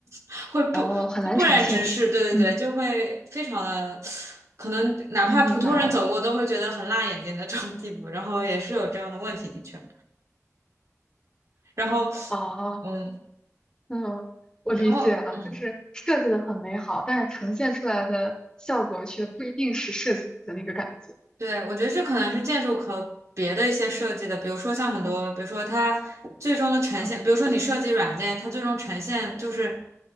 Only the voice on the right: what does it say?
<laughs> 会不不不忍直视，
对对对，
就会非常的。可能哪怕普通人走过都会觉得很辣眼睛的这种地步，
然后也是有这样的问题，的确。然后，
嗯，
然后。嗯。
对，我觉得这可能是建筑和别的一些设计的，比如说像很多，比如说它最终的呈现，
比如说你设计软件，它最终呈现就是